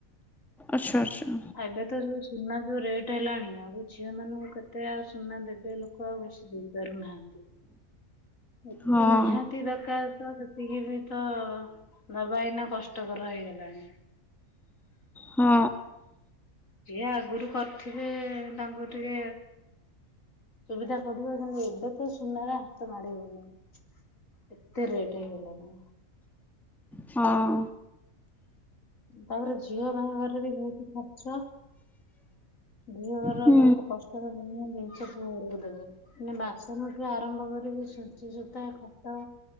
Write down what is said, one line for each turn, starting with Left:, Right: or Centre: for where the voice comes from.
Centre: ଆଛା ଆଛା
Left: ଆଉ ଏବେ ତ ଯୋଉ ସୁନା ଯୋଉ ରେଟ୍ ହେଲାଣି ଆଉ ଝିଅ ମାନଙ୍କୁ କେତେ ଆଉ ସୁନା ଦେବେ ଲୋକ ଆଉ ବେଶୀ ଦେଇ ପାରୁନାହାନ୍ତି। ମତେ
Centre: ହଁ।
Left: ବି ନିହାତି ଦରକାର। ତ ସେତିକି ବି ତ ଦବା ଏଇନା କଷ୍ଟକର ହେଇଗଲାଣି।
Centre: ହଁ
Left: ଜିଏ ଆଗରୁ କରିଥିବେ ତାଙ୍କୁ ଟିକେ ସୁବିଧା ପଡିବ କିନ୍ତୁ ଏବେ ତ ସୁନାରେ ହାତ ମାଡି ହଉନି। ଏତେ ରେଟ ହେଇଗଲାଣି।
Centre: ହଁଅ
Left: ତାପରେ ଝିଅ ବାହାଘରରେ ବି ବହୁତୁ ଆଛା। ଝିଅ ଘର
Centre: ହୁଁ।
Left: ବହୁତୁ କଷ୍ଟ ରେ ଦୁନିଆ ଜିନିଷ ପୁଅ ଘରକୁ ଦେବେ ମାନେ ବାସନଠୁ ଆରମ୍ଭ କରିକି ଛୁଞ୍ଚି ସୁୂତା ଖଟ